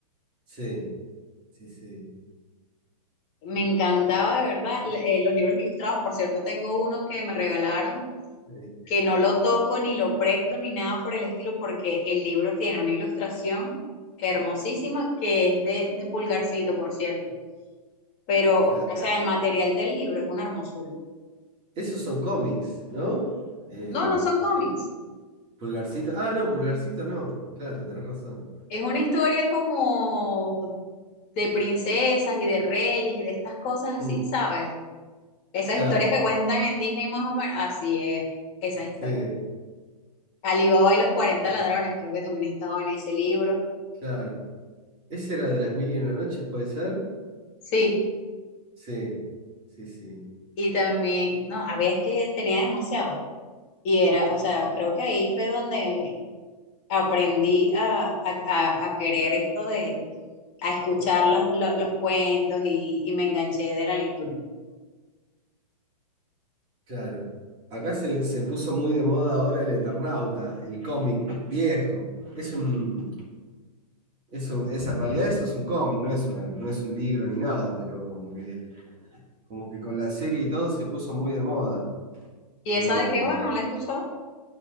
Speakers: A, on the right (about 25°); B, on the left (about 30°).
A: Sí, sí, sí.
B: Me encantaba
A: Eh,
B: de verdad le- eh, los libros ilustrados, por cierto, tengo uno que me regalaron
A: eh,
B: que no lo toco ni lo presto ni nada por el estilo, porque el libro tiene una ilustración hermosísima que es de, de pulgarcito, por cierto. Pero,
A: claro.
B: o sea, el material del libro es una hermosura.
A: Esos son cómics, ¿no? Eh,
B: No, no son cómics.
A: Pulgarcito. Ah, no, pulgarcito no. Claro, tenés razón.
B: Es una historia como de princesas y de reyes y de estas cosas así,
A: Mm,
B: ¿sabes? Esas
A: claro,
B: historias que cuentan en Disney más o menos, así es, esas historias.
A: sí,
B: Alibaba y los cuarenta
A: claro.
B: ladrones, creo que también estaba en ese libro.
A: claro. ¿Ese era de las mil y una noches, puede ser?
B: Sí,
A: Sí, sí, sí,
B: y también, no, había es que tenía demasiado. Y era, o sea, creo que ahí fue donde aprendí a, a- a- a querer esto de, a escuchar la- lo- los cuentos y, y me enganché de la lectura.
A: claro. Acá se, se puso muy de moda ahora el Eternauta, el cómic viejo. Es un, es un- es- en realidad eso es un cómic, no es una, no es un libro ni nada, pero como que, como que con la serie y todo se puso muy de moda.
B: Y esa
A: Eh,
B: de que, bueno, la he escuchado